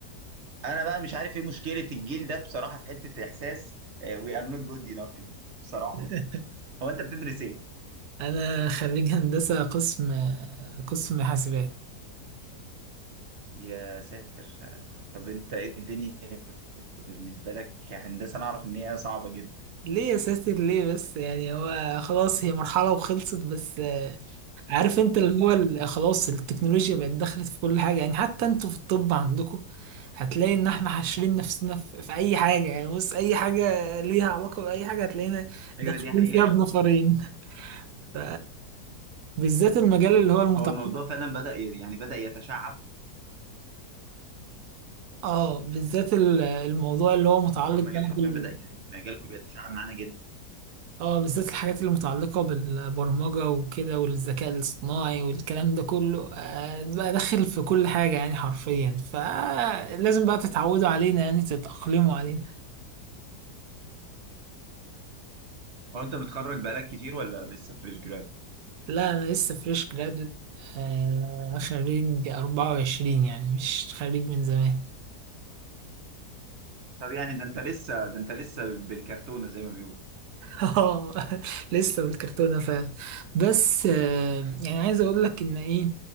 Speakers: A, on the right; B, on the right.
A: انا بقى مش عارف ايه مشكله الجيل ده بصراحه في حته احساس وي ار نوت جود انف دي بصراحه
B: <laughs>
A: هو انت بتدرس ايه
B: أنا خريج هندسة قسم قسم حاسبات
A: يا ساتر طب انت ايه الدنيا بالنسبه لك كهندسه انا اعرف ان هي صعبه جدا
B: ليه يا ساتر ليه بس يعني هو خلاص هي مرحلة وخلصت بس آه، عارف انت اللي هو ال- خلاص التكنولوجيا بقت دخلت في كل حاجة يعني حتى انتوا في الطب عندكم هتلاقي ان احنا حاشرين نفسنا في في اي حاجة يعني بص اي حاجة ليها علاقة بأي حاجة هتلاقينا
A: ايوه
B: داخلين
A: دي حقيقه
B: فيها بنفرين ف بالذات المجال اللي هو المتعلق
A: هو الموضوع فعلا بدا ي- يعني بدا يتشعب
B: اه بالذات ال- الموضوع اللي هو متعلق
A: هو المجال
B: بقى
A: حرفيا
B: بال
A: بدا يعني مجالكم بيتشعب معانا جدا
B: اه بالذات الحاجات اللي متعلقة بالبرمجة وكده والذكاء الاصطناعي والكلام ده كله آه بقى داخل في كل حاجة يعني حرفيا فلازم بقى تتعودوا علينا يعني تتأقلموا علينا
A: هو انت متخرج بقالك كتير ولا لسه فريش جراد
B: لا أنا لسه فريش جرادويت آه خريج 24 يعني مش خريج من زمان
A: طب يعني ده انت لسه ده انت لسه بالكرتونه زي ما بيقولوا
B: اه <laughs> لسه بالكرتونة فعلا بس آه، يعني عايز اقول لك ان ايه